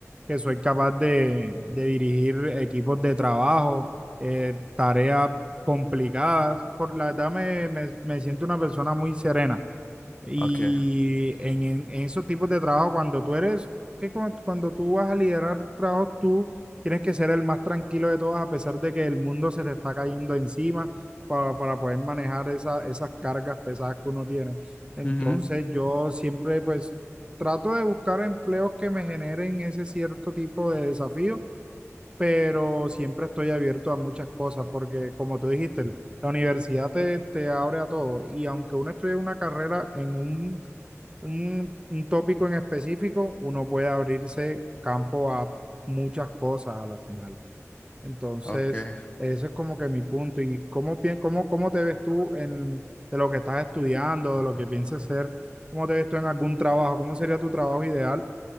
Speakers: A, on the right (about 20°); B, on the left (about 25°).
A: que soy capaz de, de dirigir equipos de trabajo, eh, tareas complicadas. Por la edad me, me me siento una persona muy serena. Y
B: Ok.
A: en, en- en esos tipos de trabajo, cuando tú eres, que cu- cuando tú vas a liderar trabajos, tú tienes que ser el más tranquilo de todos, a pesar de que el mundo se te está cayendo encima para, para poder manejar esa- esas cargas pesadas que uno tiene. Entonces,
B: Ujú.
A: yo siempre, pues, trato de buscar empleos que me generen ese cierto tipo de desafío, pero siempre estoy abierto a muchas cosas, porque como tú dijiste, la universidad te, te abre a todo. Y aunque uno estudie una carrera en un un, un tópico en específico, uno puede abrirse campo a muchas cosas a la final. Entonces,
B: Ok.
A: ese es como que mi punto. ¿Y cómo, pi- cómo, cómo te ves tú en, de lo que estás estudiando, de lo que piensas ser? ¿Cómo te ves tú en algún trabajo? ¿Cómo sería tu trabajo ideal?